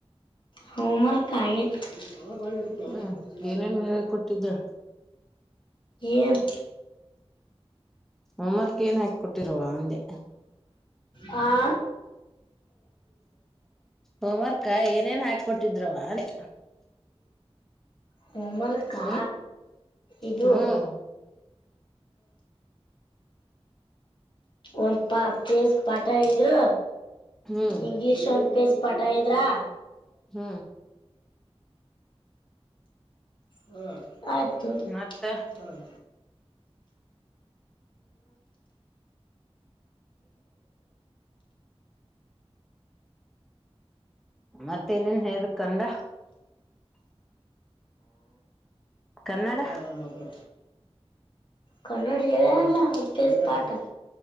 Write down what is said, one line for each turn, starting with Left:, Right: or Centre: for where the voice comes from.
Left: ಹಮರ್ಕ ಆಗತ್ತು ನ ಗಾಡಿ ಅಿ
Centre: ಹ್ಮ್
Left: ಯಾವ
Centre: ಏನೇನ್ ಹೇಳ ಕೊಟ್ಟಿದ್ರ
Left: ಏಲ್
Centre: ಹೋಮ್ವರ್ಕ್ ಏನ್ ಹಾಕ ಕೊಟ್ಟಿರುವ ಒಂದೆ
Left: ಹಾ
Centre: ಹೋಮ್ವರ್ಕ್ ಏನೇನ್ ಹಾಕಿ ಕೊಟ್ಟಿದ್ರವ ಅಂದೆ
Left: ಹೋಮ್ ವರ್ಕಾ
Centre: ಹ್ಮ್
Left: ಇದು
Centre: ಹ್ಮ್
Left: ಒಂದ್ ಪ ಪೇಸ್ ಪಾಠ ಇದ್ರ
Centre: ಹ್ಮ್
Left: ಇಂಗ್ಲಿೀಷ್ ಒಂದ್ ಪೇಜ್ ಪಠ ಇದ್ರಾ
Centre: ಹ್ಮ
Left: ಹ್ಮ ಆಯತು
Centre: ಮತ್ತ
Left: ಹ್ಮ
Centre: ಮತ್ತೆ ಇನೇನ್ ಹ ಕಂದ ಕನ್ನಡ
Left: ಹ್ಮ ಕ ಎಲ್ಲಾರಲ್ಲ ಅವ ಪಸಿಪಾಟ